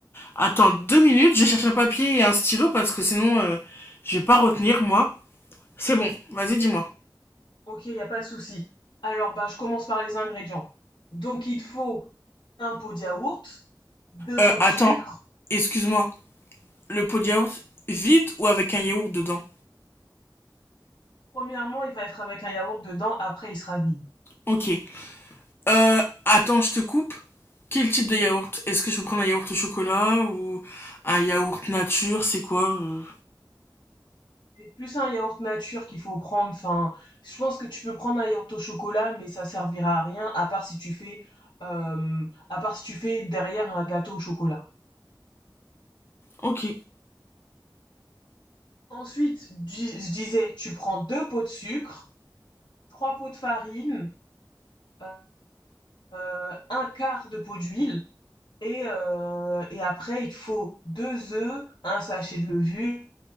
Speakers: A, on the left (about 30°); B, on the left (about 75°).
A: Attends deux minutes, je cherche un papier et un stylo parce que sinon euh, je vais pas retenir moi. C'est bon, vas-y dis-moi.
B: O- Ok, y a pas de souci. Alors bah je commence par les ingrédients. Donc il te faut un pot de yaourt, deux
A: Euh,
B: pots de
A: attends,
B: sucre.
A: excuse-moi, le pot de yaourt vide ou avec un yaourt dedans?
B: Premièrement, il va être avec un yaourt dedans, après il sera vide.
A: Ok. Euh, attends, je te coupe. Quel type de yaourt Est-ce que je peux prendre un yaourt au chocolat ou un yaourt nature C'est quoi euh,
B: C'est plus un yaourt nature qu'il faut prendre. Enfin, je pense que tu peux prendre un yaourt au chocolat, mais ça servira à rien, à part si tu fais, euh, à part si tu fais derrière un gâteau au chocolat.
A: Ok.
B: Ensuite, di- je disais, tu prends deux pots de sucre, trois pots de farine, euh, euh, un quart de pot d'huile, et, euh, et après, il te faut deux œufs, un sachet de levure,